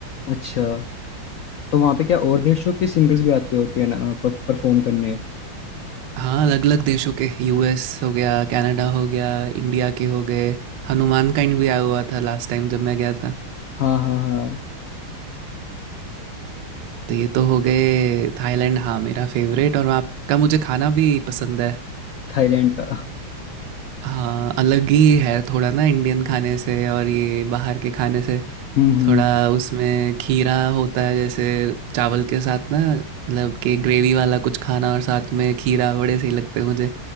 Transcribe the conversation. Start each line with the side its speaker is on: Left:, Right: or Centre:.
Left: अच्छा तो वहाँ पे क्या और देशों के सिंगर्स भी आते होते हैं ना परफॉर्म करने
Right: हाँ अलग अलग देशों के यूएस हो गया कनाडा हो गया इंडिया के हो गए हनुमान काइंड भी आया हुआ था लास्ट टाइम जब मैं गया था अ,
Left: हाँ हाँ हाँ
Right: तो ये तो हो गए थाईलैंड हाँ मेरा फेवरेट और वहाँ का मुझे खाना भी पसंद है
Left: थाईलैंड का
Right: हाँ अलग ही है थोड़ा ना इंडियन खाने से और ये बाहर के खाने से
Left: हम्म
Right: थोड़ा उसमें खीरा होता है जैसे चावल के साथ ना मतलब कि ग्रेवी वाला कुछ खाना और साथ में खीरा बड़े सही लगते हैं मुझे